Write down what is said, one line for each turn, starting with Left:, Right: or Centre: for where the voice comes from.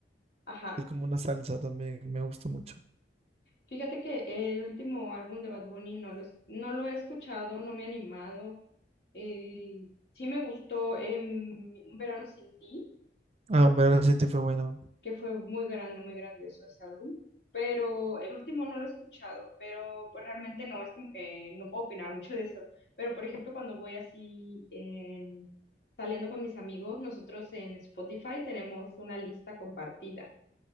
Left: ajá.
Right: que es como una salsa también, me gusta mucho.
Left: Fíjate que el último álbum de Bad Bunny no lo, es- no lo he escuchado, no me he animado. Eh, sí me gustó em, Un verano sin ti,
Right: Ah, hombre, ahora sí te fue bueno.
Left: que fue muy grande, muy grandioso ese álbum, pero el último no lo he escuchado, pero pues realmente no, es como que no puedo opinar mucho de eso. Pero por ejemplo, cuando voy así en- saliendo con mis amigos, nosotros en Spotify tenemos una lista compartida